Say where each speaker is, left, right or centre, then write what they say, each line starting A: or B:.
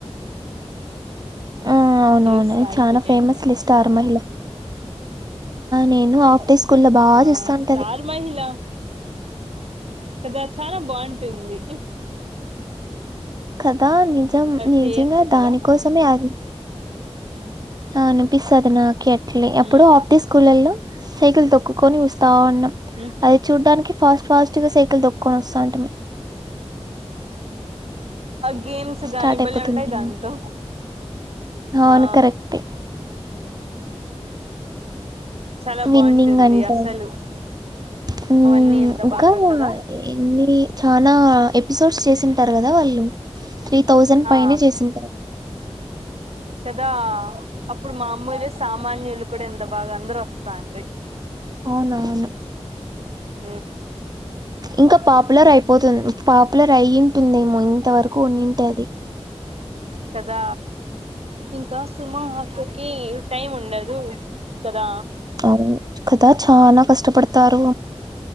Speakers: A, on the right; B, on the right.
A: అవునవును
B: చూస్తా అంటి
A: చాల
B: నేను
A: ఫేమస్లె స్టార్ మహిళ నేను అట్టే స్కూల్ల్లో బాగా
B: ఆ
A: చూస్తా ఉంటది
B: స్టార్ మహిళ కదా చాలా బొంటుంది
A: కదా నిజం నిజంగా
B: చేయొచ్చు కదా
A: దానికోసమే అది అనిపిస్తుంది నాకు ఆట్లే
B: ఉమ్
A: అప్పుడు ఆఫ్డే
B: ఆ
A: స్కూల్ల్లో సైకిల్ తొక్కుకొని వస్తా ఉ
B: ఉమ్
A: అది చూడ్డానికి ఫాస్ట్ ఫాస్ట్గా సైకిల్ దొక్కొని వస్తా అంటిమి
B: ఆ గేమ్స్
A: స్టార్ట్
B: గానీ భలే
A: అయిపోతుంది
B: ఉంటాయి దంతో
A: అవును
B: ఆ
A: కరెక్టే
B: చాలా
A: విన్నింగ్
B: బాగుంటుంది
A: అంటరు
B: అసలు
A: హ్మ్
B: అవన్నీ ఎంత
A: ఇంకా
B: బాగా కదా
A: ఏన్ని చనా ఎపిసోడ్స్ చేసింటారు కదా వాళ్ళు త్రీ థౌజండ్
B: ఆ
A: పైనే చేసింటారు
B: కదా అప్పుడు మా అమ్మోలే సామాన్యులు కూడా ఎంత బాగా అందరు వస్తాండి
A: అవునవును
B: హ్మ్
A: ఇంకా పాపులర్ అయిపోతుంది పాపులర్ అయింటుందేమో ఇంతవరకు ఉంన్నింటే అది
B: కదా ఇంకా సుమ అక్కకి టైం ఉండదు కదా
A: అవును కద చాలా కష్టపడతారు